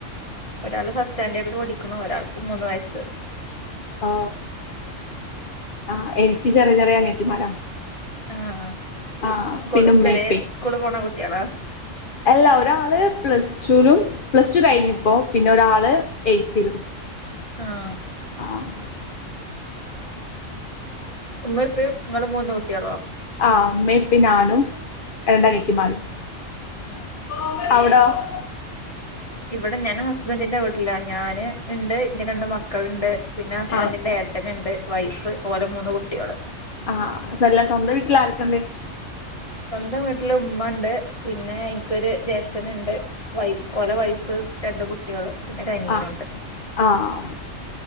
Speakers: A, on the left; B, on the left.
A: ഒരാൾ ഫസ്റ്റ് സ്റ്റാൻഡേർഡ്ൽ പഠിക്കുന്നു ഒരാൾക്ക് മൂന്ന് വയസ്സ്
B: ഓ ആഹ് എനിക്ക് ചെറിയ ചെറിയ അനിയത്തിമാരാ
A: ആഹ്
B: ആഹ്
A: സ്കൂൾ
B: പിന്നെ ഉമ്മേം
A: ചെറിയേ
B: ഉപ്പേം
A: സ്കൂള് പോണ കുട്യാളാ
B: അല്ല ഒരാള് പ്ലസ് ടു ലും പ്ലസ് ടു കഴിഞ്ഞിപ്പോ പിന്നോരാള് എയ്ത്തിലും
A: ആഹ്
B: ആഹ്
A: ഉമ്മയുപ്പയും ഇങ്ങള് മൂന്ന് കുട്യാളോ
B: ആഹ് ഉമ്മയും ഉപ്പയും ഞാനും രണ്ട് അനത്തിമാരും
A: ആഹ്
B: <inaudible>
A: ഇവിടെ ഞാൻ ഹസ്ബൻറിന്റെ വീട്ടില ഞൻ ഇണ്ട് ഇന്റെ രണ്ട് മക്കള്ണ്ട് പിന്നെ ഹസ്ബൻഡറിന്റെ
B: ആഹ്
A: ഏ ട്ടന്ണ്ട് വൈഫ് ഓലെ മൂന്ന് കുട്ടിള്
B: ആഹ് സല്ല സ്വന്തം വീട്ടിൽ ആർക്കണ്ട്
A: സ്വന്തം വീട്ടില് ഉമ്മ ഉണ്ട് പിന്നെ ഇന്ക്കൊരു ജ്യേഷ്ഠന്ണ്ട് വൈഫ് ഓല വൈഫ ഫ് രണ്ട് കുട്ടികള് പിന്നെ ഒരനിയനുണ്ട്
B: ആഹ് ആഹ്